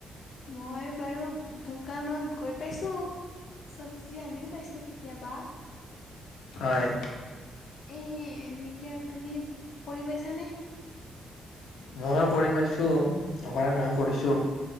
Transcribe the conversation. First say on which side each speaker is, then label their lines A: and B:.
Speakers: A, on the left; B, on the left.
A: মই বাৰু দোকানত গৈ পাইছো চবজি আনিও পাইছো কেতিয়াবা
B: হয়।
A: এ এনেকে আৰু তুমি কৰি পাইছানে?
B: ময়ো কৰি পাইছো নকৰা নহয় কৰিছো